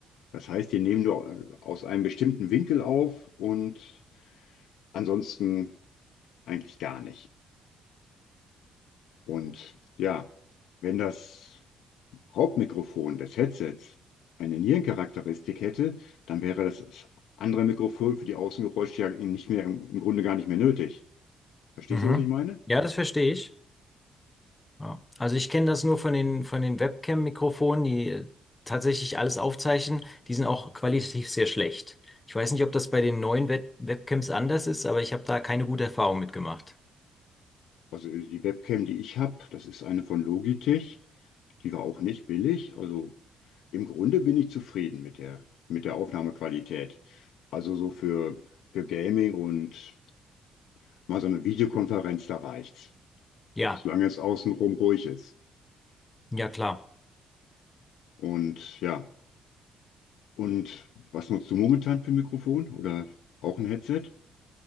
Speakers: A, on the left; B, on the left.
A: Das heißt, die nehmen nur äh, aus einem bestimmten Winkel auf und ansonsten eigentlich gar nicht. Und ja, wenn das Hauptmikrofon des Headsets eine Nierencharakteristik hätte, dann wäre das andere Mikrofon für die Außengeräusche ja nicht mehr, im Grunde gar nicht mehr nötig. Verstehst
B: Mhm.
A: du, was ich meine?
B: Ja, das verstehe ich. Ja. Also ich kenne das nur von den, von den Webcam-Mikrofonen, die äh, tatsächlich alles aufzeichnen. Die sind auch qualitativ sehr schlecht. Ich weiß nicht, ob das bei den neuen Web Webcams anders ist, aber ich habe da keine gute Erfahrung mitgemacht.
A: Also äh, die Webcam, die ich habe, das ist eine von Logitech. Die war auch nicht billig. Also im Grunde bin ich zufrieden mit der, mit der Aufnahmequalität. Also so für, für Gaming und mal so eine Videokonferenz, da reicht's.
B: Ja,
A: Solange es außenrum ruhig ist.
B: ja klar.
A: Und ja, und was nutzt du momentan für ein Mikrofon? Oder auch ein Headset?